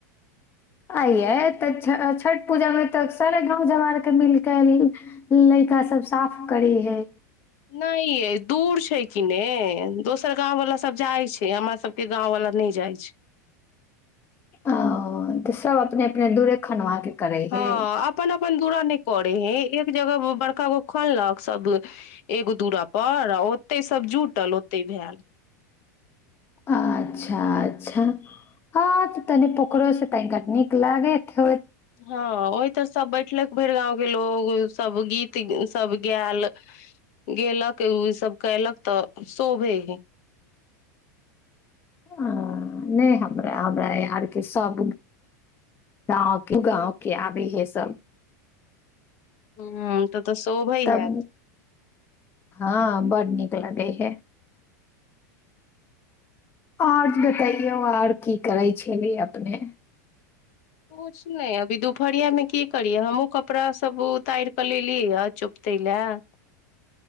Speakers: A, on the left (about 25°); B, on the left (about 60°).
A: आ यै तऽ छ छठ पूजामे तऽ सारा गाँव जवार आरके मिलके लैइका सब साफ करै है
B: नहि यै दूर छै किने दोसर गामवला सब तब जाइ छै हमर सबके गाँव वला नै जाय छै
A: ओ तऽ सब अपने अपने दूरे खनवा के करै
B: हँ
A: हे।
B: अपन अपन दूरा नहि करे हे एक जगह बड़का गो खोनलक सब एगो दूरा पर आ ओते सब जुटल ओते भेल
A: अच्छा अच्छा हँ तनि पोखरो सँ तनि नीक लागैत होइत
B: हँ ओहि तर सब बैठलक भरि गाँंव के लोग सब गीत सब गैल गेलक उ त केलक तँ शोभै है
A: हँ नहि हमरा हमरा यहाँरके सभ गाँव के गाँव के आबै हइ सभ
B: ह तऽ तऽ शोभे
A: तब
B: हैत
A: हँ बड नीक लगै है आओज बतैयौ आओर की करै छेली अपने?
B: किछ नहि अभी दुपहरियामे की करिय हमहुँ कपड़ा सब उतारि कऽ लेलिय ह चुपते लए।